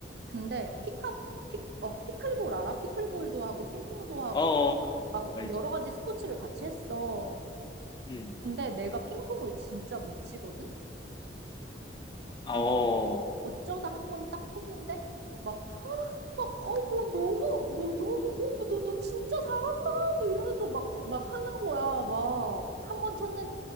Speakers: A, on the right; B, on the left.
A: 근데 피카, 피, 어, 피클볼 알아? 피클볼도 하고, 핑퐁도 하고,
B: 어,
A: 막
B: 알지.
A: 여러 가지 스포츠를 같이 했어.
B: 음.
A: 근데 내가 핑퐁을 진짜 못 치거든?
B: 어,
A: 근
B: 어,
A: 어쩌다 한 번 딱 쳤는데, 막 막, 어, 뭐, 너무, 뭐, 너무, 어, 뭐, 너, 너 진짜 잘한다, 뭐, 이러면서 막, 막 하는 거야, 막. 한 번 쳤는데,